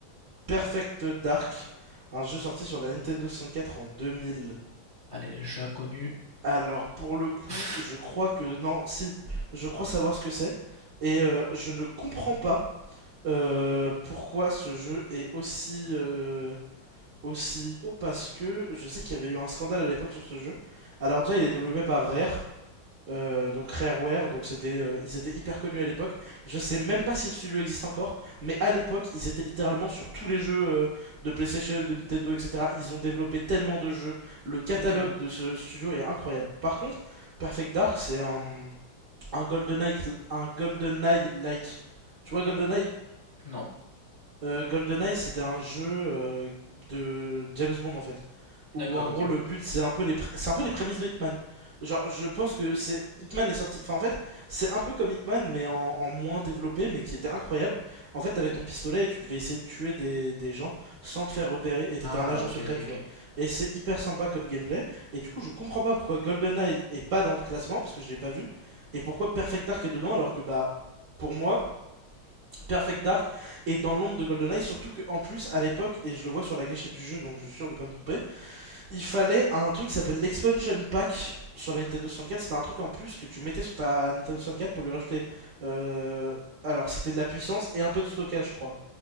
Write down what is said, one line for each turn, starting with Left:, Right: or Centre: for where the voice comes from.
Right: Perfect Dark, un jeu sorti sur la Nintendo 64 en 2000.
Left: Allez, le jeu inconnu.
Right: Alors, pour le coup,
Left: <laughs>
Right: je crois que... Non, si, je crois savoir ce que c'est. Et euh, je ne comprends pas euh, pourquoi ce jeu est aussi... euh, aussi haut, parce que je sais qu'il y avait eu un scandale à l'époque sur ce jeu. Alors déjà, il est développé par Rare. Euh, donc Rareware, donc c'était, euh, ils étaient hyper connus à l'époque. Je sais même pas si le studio existe encore, mais à l'époque, ils étaient littéralement sur tous les jeux euh, de PlayStation, de Nintendo, etc. Ils ont développé tellement de jeux. Le catalogue
Left: Ok.
Right: de ce studio est incroyable. Par contre, Perfect Dark, c'est un, un GoldenEye, un GoldenEye-like. Tu vois GoldenEye
Left: Non.
Right: euh, GoldenEye, c'était un jeu euh, de James Bond en fait, où
Left: D'accord,
Right: en gros
Left: ok.
Right: le but c'est un peu les pr- c'est un peu les prémices de Hitman. Genre, je pense que c'est Hitman est sorti. Enfin, en fait, c'est un peu comme Hitman, mais en, en moins développé, mais qui était incroyable. En fait, t'avais ton pistolet et tu devais essayer de tuer des, des gens sans te faire repérer, et t'étais
Left: Ah,
Right: un agent
Left: ok,
Right: secret,
Left: ok,
Right: tu
Left: ok.
Right: vois. Et c'est hyper sympa comme gameplay. Et du coup, je comprends pas pourquoi GoldenEye est pas dans le classement, parce que je l'ai pas vu, et pourquoi Perfect Dark est dedans, alors que bah, pour moi, Perfect Dark est dans l'ombre de GoldenEye, surtout qu'en plus, à l'époque, et je le vois sur la gâchette du jeu, donc je suis sûr de pas me tromper, il fallait un truc qui s'appelle l'Expansion Pack sur la Nintendo 64. C'était un truc en plus que tu mettais sur ta Nintendo 64 pour lui rajouter. euh, Alors, c'était de la puissance et un peu de stockage, je crois.